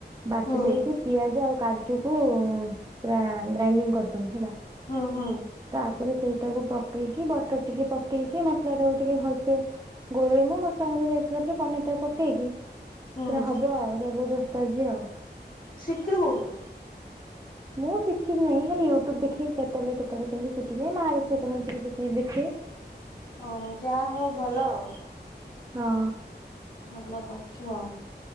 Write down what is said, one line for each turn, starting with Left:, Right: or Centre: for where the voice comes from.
Right: ବାଟି
Left: ହୁଁ
Right: ଦେଇକି ପିଆଜ ଆଉ କାଜୁକୁ ପୁରା ଗ୍ରାଇଡିଙ୍ଗ କରିଦବୁ ହେଲା।
Left: ହୁଁ ହୁଁ।
Right: ତାପରେ ସେଇଟାକୁ ପକେଇକି ବଟର ଟିକେ ପକେଇକି ମସଲା ଟାକୁ ଟିକେ ଭଲସେ ଗୋଳେଇମୁ ମସଲା <unintelligible> ଲେ ପନିର୍ ଟା ପକେଇକି
Left: ହୁଁ
Right: ପୁରା ହବ ଆଉ <unintelligible> ଆଜି ଆଉ।
Left: ଶିକିଲୁ କୋଠୁ?
Right: ମୁଁ ଶିଖି ନାହିଁ ଖାଲି ୟୁଟ୍ୟୁବ ଦେଖି କେତେବେଳେ କେତେବେଳେ କେମିତି ଶିଖିିଯାଏ ମା ବସି କରନ୍ତି ଦେ ଦେଖେ।
Left: ଓହ ଯାଆ ହଉ ଭଲ ଆଉ।
Right: ହଁ।
Left: ଭଲ କରୁଛୁ ଆଉ।